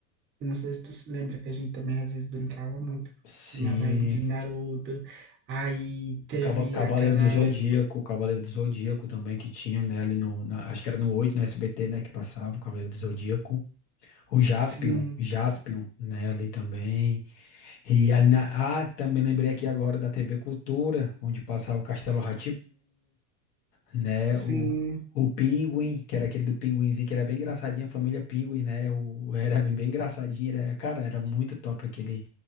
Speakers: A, on the right (about 25°); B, on the left (about 80°).
A: Eu não sei se tu se lembra que a gente também às vezes brincava muito
B: Sim,
A: na vibe de Naruto. Aí teve
B: Cava- Cavaleiro
A: aquela
B: do Zodíaco,
A: época.
B: Cavaleiro do Zodíaco também que tinha, né, ali no, na- acho que era no 8 no SBT, né, que passava o Cavaleiro do Zodíaco. O Jaspion,
A: Sim,
B: Jaspion, né, ali também. E ali na... Ah, também lembrei aqui agora da TV Cultura, onde passava o Castelo rá né?
A: sim,
B: O, o Pinguim, que era aquele do Pinguinzinho, que era bem engraçadinho, a família Pinguim, né? O, era bem, bem engraçadinho, era... cara, era muito top aquele,